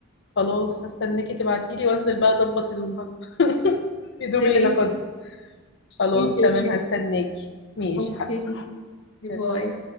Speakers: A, on the left; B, on the left.
A: خلاص هستناكي تبعتيلي وانزل بقى اظبط هدومها <laughs> الهدوم
B: أوكي
A: اللي ناخدها خلاص
B: ماشي
A: تمام
B: أوكي
A: هستناكي ماشي
B: أوكي
A: يا حبيبتي
B: باي